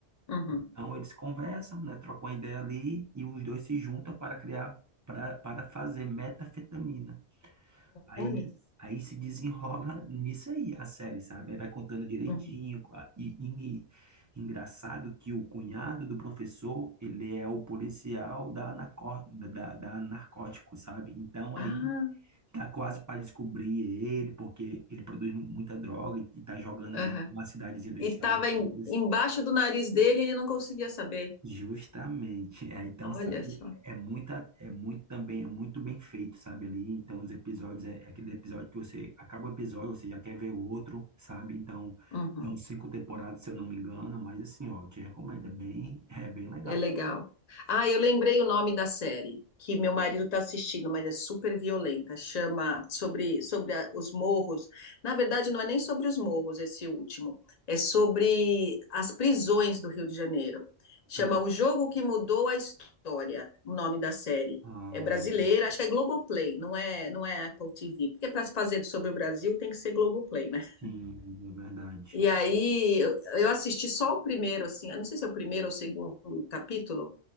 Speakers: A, on the left; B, on the right.
A: uhum.
B: Então, eles conversam, né? Trocam uma ideia ali e os dois se juntam para criar, para, para fazer metafetamina. Aí,
A: Olha.
B: aí se desenrola nisso aí, a série, sabe? Aí vai contando direitinho.
A: Uhum.
B: a- E, e- e engraçado que o cunhado do professor, ele é o policial da, narco, da, da da narcótico, sabe? Então aí
A: Ah,
B: tá quase para descobrir ele, porque ele produz mu- muita droga e, e tá jogando
A: aham.
B: ali numa cidadezinha dos
A: E
B: Estados
A: estava
B: Unidos.
A: embaixo do nariz dele e ele não conseguia saber.
B: Justamente. É, então,
A: Olha
B: sabe,
A: só.
B: é muita, é muito também, é muito bem feito, sabe, ali. Então, os episódios, é, é aquele episódio que você acaba o episódio, você já quer ver o outro, sabe? Então,
A: Uhum.
B: são cinco temporadas, se eu não me engano, mas assim, ó, eu te recomendo, é bem, é bem legal.
A: É legal. Ah, eu lembrei o nome da série que meu marido está assistindo, mas é super violenta. Chama sobre, sobre a- os morros. Na verdade, não é nem sobre os morros esse último. É sobre as prisões do Rio de Janeiro. Chama
B: Ah,
A: O Jogo que Mudou a História, o nome da série.
B: ah,
A: É brasileira, acho que é Globoplay, não é, não é Apple TV. Porque para se fazer sobre o Brasil tem que ser Globoplay, né?
B: sim, é verdade.
A: E aí eu eu assisti só o primeiro, assim, eu não sei se é o primeiro ou o segundo capítulo,